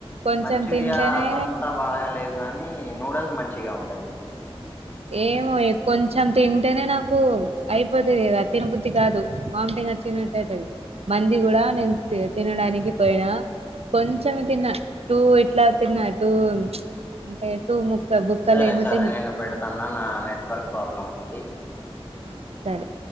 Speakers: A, on the right; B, on the left.
A: కొంచెం
B: మంచూరియా
A: తింటేనే
B: అంతా బాగాలేదు కానీ నూడుల్ మం మంచిగా ఉంటది
A: ఏమో ఇగ కొంచెం తింటేనే నాకు అయిప్ పోతది కదా తినబుద్ది కాదు వామిటింగ్ వచ్చినట్టయితది మంది కూడా నేను తిం తినడానికి పోయినా కొంచెమె తిన్నా టూ ఇట్ల తిన్న టూ అంటే టూ ముక్క బుక్కలు
B: సరే
A: ఏమో
B: సరే
A: తిన్న
B: నేను పెడతాను నా నెట్వర్క్ ప్రాబ్లమ్ ఉంది
A: ఆ, సరే